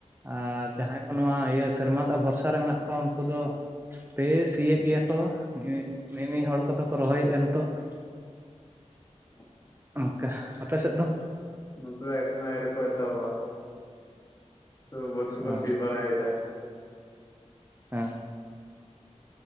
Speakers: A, on the right; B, on the left.
A: ᱟᱨ ᱡᱟᱦᱟᱸᱭ ᱠᱚ ᱱᱚᱣᱟ ᱤᱭᱟᱹ ᱥᱮᱨᱢᱟ ᱫᱟᱜ ᱵᱷᱚᱨᱥᱟ ᱨᱮ ᱢᱮᱱᱟᱜ ᱠᱚᱣᱟ ᱩᱱᱠᱩ ᱫᱚ ᱯᱮ ᱥᱤᱭᱮᱫ ᱜᱮᱭᱟ ᱠᱚ ᱢᱤ ᱢᱤᱫ ᱦᱚᱲ ᱠᱚᱫᱚ ᱠᱚ ᱨᱚᱦᱚᱭᱮᱟ ᱱᱤᱛᱚᱜ ᱾
B: <unintelligible>
A: ᱚᱱᱠᱟ, ᱟᱯᱮ ᱥᱮᱫ ᱫᱚ?
B: ᱱᱚᱛᱮ ᱫᱚ ᱮᱠᱷᱚᱱ ᱦᱚᱸ ᱟᱣᱨᱤ ᱠᱚ ᱮᱛᱚᱦᱚᱵᱟ ᱾ ᱛᱚ ᱵᱟᱹᱫ ᱠᱚᱠᱚ
A: ᱦᱮᱸ
B: ᱥᱤ ᱵᱟᱲᱟᱭᱮᱫᱟ ᱾
A: ᱦᱮᱸ ᱾